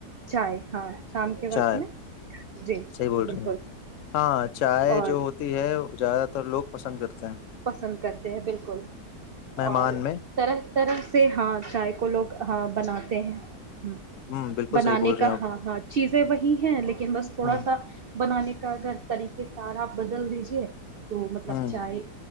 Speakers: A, on the right; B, on the left.
A: چائے ہاں شام کے
B: چائے
A: وقت میں جی
B: صحیح بول
A: بالکل
B: رہے ہیں ہاں چائے
A: اور
B: جو ہوتی ہے زیادہ تر لوگ پسند کرتے ہیں
A: پسند کرتے ہیں بالکل
B: مہمان
A: اور
B: میں
A: طرح طرح سے ہاں چائے کو لوگ بناتے ہیں ہ
B: ہ بالکل
A: بنانے
B: صحیح بول رہے
A: کا
B: ہیں آپ
A: ہاں ہاں چیزیں وہی ہیں لیکن بس تھوڑا
B: ہ
A: سا بنانے کا اگرگر طریقے کا آپ بدل دیجیے تو مطلب
B: ہ
A: چاہے